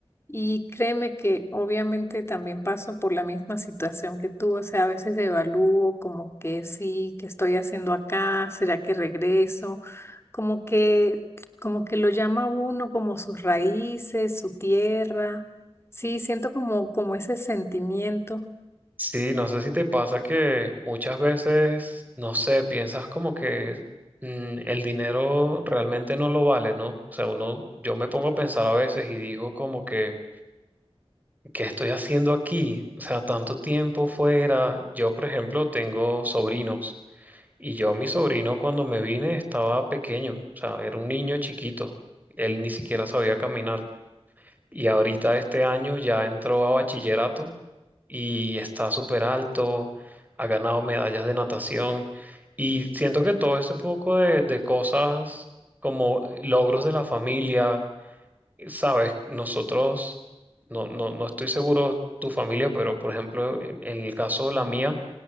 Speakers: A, on the left; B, on the right.
A: y créeme que obviamente también paso por la misma situación que tú, o sea, a veces evalúo como que sí, que estoy haciendo acá? ¿Será que regreso? Como que, como que lo llama uno como sus raíces, su tierra. Sí, siento como, como ese sentimiento.
B: Sí, no sé si te pasa que muchas veces, no sé, piensas como que mm, el dinero realmente no lo vale, ¿no? O sea, uno, yo me pongo a pensar a veces y digo como que, ¿qué estoy haciendo aquí? O sea, tanto tiempo fuera. Yo, por ejemplo, tengo sobrinos y yo, mi sobrino, cuando me vine estaba pequeño, o sea, era un niño chiquito, él ni siquiera sabía caminar. Y ahorita este año ya entró a bachillerato y está súper alto, ha ganado medallas de natación y siento que todo ese poco de, de cosas como logros de la familia Sabes, nosotros, no, no, no estoy seguro tu familia, pero por ejemplo, en, en el caso de la mía,